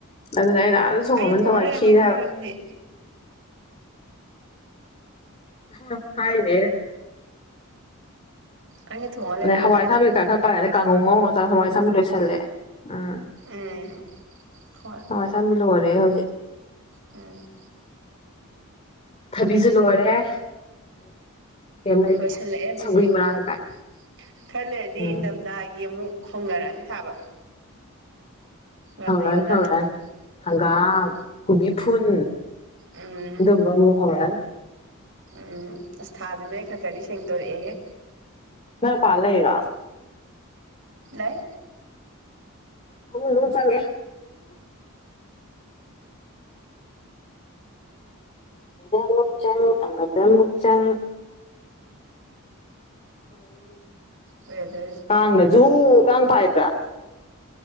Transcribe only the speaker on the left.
ꯑꯗꯨꯅ ꯑꯩꯅ ꯑꯗꯨ ꯊꯣꯡꯃꯟ
ꯗꯥꯅ
ꯍꯋꯥꯏ
ꯈꯤꯔꯦ꯫ ꯍꯥꯏꯕꯥ
ꯑ ꯍꯥꯏꯅꯦ
ꯅ ꯍꯋꯥꯏ ꯑꯁꯥꯡꯕꯤ ꯈꯔ ꯈꯔ ꯄꯥꯔꯦ ꯑ ꯀꯥꯡꯉꯧ ꯉꯧꯅ ꯍꯋꯥꯏꯁꯥꯕꯤ ꯂꯣꯏꯁꯜꯂꯦ ꯎꯝ
ꯍꯋꯥꯏ ꯑꯁꯡꯕꯤ ꯂꯣꯏꯔꯦ ꯍꯧꯖꯤꯛ
ꯊꯕꯤꯁꯨ ꯂꯣꯏꯔꯦ ꯀꯩꯝ ꯂꯩꯇ꯭ꯔꯦ
ꯁꯧꯒ꯭ꯔꯤ ꯃꯔꯥꯡ
ꯀꯥꯏ
ꯎꯝ
ꯐꯪꯒꯥꯑꯥꯅꯤ
ꯅꯤ ꯐꯪꯒꯥꯅꯤ ꯍꯡꯒꯥꯝ
ꯀꯣꯕꯤ ꯐꯨꯟ
ꯗꯨꯝꯕ ꯑꯃꯨꯛ ꯍꯧꯔꯛꯑꯥꯅꯤ
ꯅꯪ ꯃꯄꯥꯟꯗꯥ ꯂꯩꯔꯤꯔꯣ
ꯐꯥꯃꯨꯡ ꯗ ꯃꯨꯛ ꯆꯥꯡꯒꯦ ꯑꯃꯥꯗꯛ ꯆꯪ ꯑꯃꯗꯛ ꯆꯪ
ꯀꯟꯥꯡ ꯅꯥꯖꯨ ꯀꯥꯡ ꯄꯥꯏꯕꯔꯥ